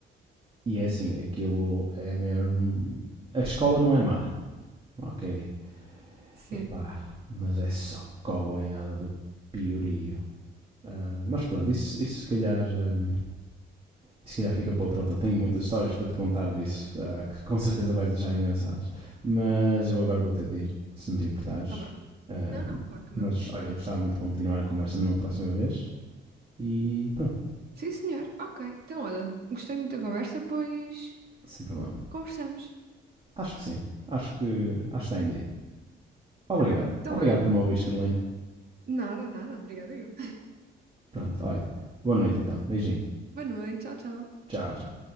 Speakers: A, on the right (about 30°); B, on the right (about 50°).
A: E é assim, aquilo é mesmo. A escola não é má, ok?
B: sim.
A: Epá, mas é só coboiada do piorio. Ah, mas pronto, isso, isso se calhar. hum, isso se calhar fica para outra altura. Tenho muitas histórias para te contar disso, ah, que com certeza vais achar engraçadas. Mas eu agora vou ter de ir, se não te importares.
B: Tá bem.
A: Ah,
B: Não, não, claro que não,
A: mas
B: claro
A: olha,
B: que não.
A: gostava muito de continuar a conversa numa próxima vez. E pronto,
B: Sim, senhor. Ok. Então, olha, gostei muito da conversa, pois
A: sem problema.
B: conversamos.
A: Acho que sim. Acho que, acho que está em dia.
B: Tá
A: Obrigado.
B: bem. Então,
A: Obrigado
B: olha,
A: por me ouvires, Carolina.
B: nada, nada. Obrigada eu.
A: Pronto, olha. Boa noite então. Beijinho.
B: <laughs> Boa noite. Tchau, tchau.
A: Tchau, tchau.